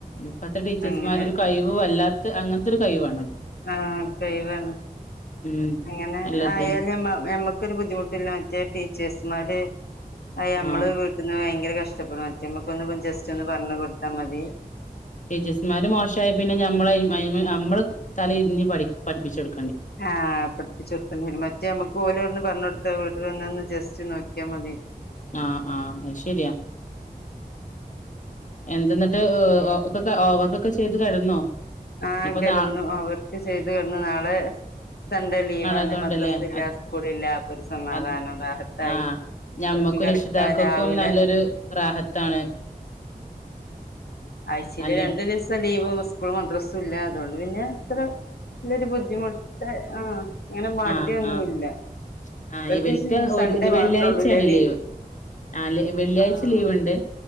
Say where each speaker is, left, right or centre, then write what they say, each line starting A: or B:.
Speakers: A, on the left; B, on the left.
A: ഇപ്പത്തെ ടീച്ചേഴ്‌സ്മാരൊരു
B: അങ്ങനെ
A: കഴിവ് വല്ലാ ത്ത് അങ്ങനത്തൊരു കൈവാ.
B: ആ കൈവാണ്
A: ഉം
B: അങ്ങനെ
A: എല്ലാത്തിനും
B: ആയാലും ഞമ്മ ഞമ്മക്ക് ക്കൊരു ബുദ്ധിമുട്ടില്ല മറ്റേ ടീച്ചേഴ്സ്മാര് അയ് ഞമ്മള്
A: ആ
B: വീട്ട്ന്ന് വയ ങ്കര കഷ്ടപ്പെടാ ചമക്കൊന്നു ഇപ്പം ജസ്റ്റ് ഒന്ന് പറഞ്ഞ് കൊടുത്താ മതി.
A: ടീച്ചേഴസ്മാര് മോശായ പിന്നെ ഞമ്മളയ് മൈമെ നമ്മള് തല ഇരിഞ്ഞ് പഠി പഠിപ്പിച്ചൊടു
B: ആഹ് പഠിപ്പിച്ചൊടുക്കേണ്ടിയരും മറ്റേ നമ്മക്ക് ഓലോട്ന്ന് പറഞ്ഞോട് ത്ത വീട്ടില് വന്നൊന്ന് ജസ്റ്റ് നോക്കിയാ മതി.
A: ആഹ് ആഹ് അയ്ശരിയാ. എന്തെന്നിട്ട് ഒ ഒക്കെ ഹോവർക്കൊക്കെ ചെയ്ത് കെടന്നോ?
B: ആഹ്
A: ഇനിയിപ്പോ
B: കിടന്നു
A: നാ
B: ഹോവർക്ക് ചെയ്ത് കിടന്നു നാളെ സൺഡേ ലീവാണ്
A: അതോണ്ടല്ലേ
B: മദ്രസല്ല
A: അത്
B: സ്കൂളില്ല അപ്പൊ ഒരു സമാധാനം
A: അത്
B: റാഹത്തായി.
A: ആഹ് ഞമ്മക്കും
B: കെടക്കാ
A: രക്ഷിതാക്കൾക്കും
B: രാവിലെ
A: നല്ലൊരു റാഹത്താണ്
B: ആഴ്ച്ചേല്
A: അല്ലെ
B: രണ്ട് ദിവസം ലീ <unintelligible> സ്‌കൂളു മദ്രസ് സുല്ല അതോണ്ട് പിന്നെ അത്ര വല്ലൊരു ബുദ്ധിമുട്ട് ആഹ് അങ്ങനെ മടിയൊന്നുല്ല
A: ആന് ആഹ് ആ
B: ഇവർക്ക്
A: ഇവൽക്ക് ഒരു
B: സൺഡേ
A: വെള്ളിയാഴ്ച്ചേണ്
B: മാത്രേ ഉള്ളൂല്ലേ
A: ലീവ് ആ വെള്ളിയാഴ്ച
B: ആഹ്
A: ലീവ്ണ്ട്